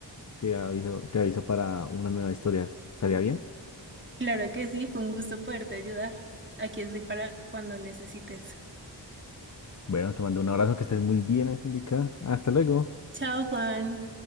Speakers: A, on the left; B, on the right.
A: te aviso, te aviso para unas nuevas historias ¿Estaría bien?
B: Claro que sí, fue un gusto poderte ayudar. Aquí estoy para cuando necesites.
A: Bueno, te mando un abrazo, que estés muy bien, Angélica. Hasta luego.
B: Chao, Juan.